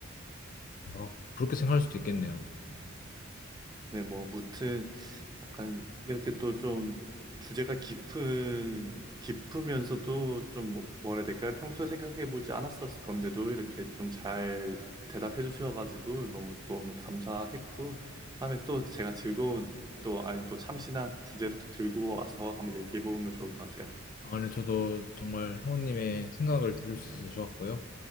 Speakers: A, on the left; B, on the right.
A: 어, 그렇게 생각할 수도 있겠네요.
B: 네, 뭐, 무튼, 약간, 이렇게 또 좀, 주제가 깊은, 깊으면서도 좀, 뭐- 뭐라 해야 될까요? 평소에 생각해보지 않았었을 건데도, 이렇게 좀 잘 대답해 주셔가지고, 너무 또 오늘 감사했고, 다음에 또 제가 즐거운, 또, 아니, 또 참신한 주제를 또 들고 와서 한번 얘기해보면 좋을 것 같아요.
A: 아, 네, 저도 정말 사모님의 생각을 들을 수 있어서 좋았고요.